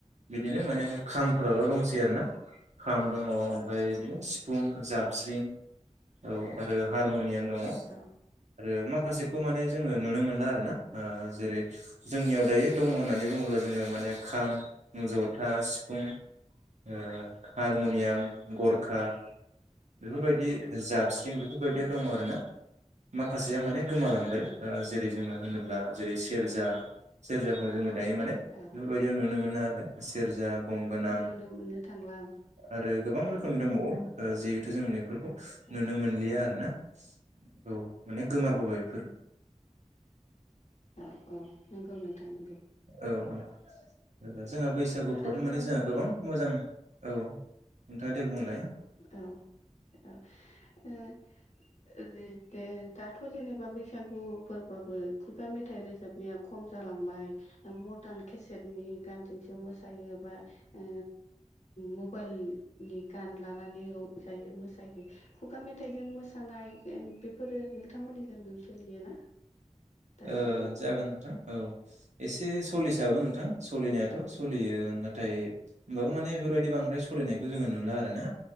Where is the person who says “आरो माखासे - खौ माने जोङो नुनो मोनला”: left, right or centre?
Right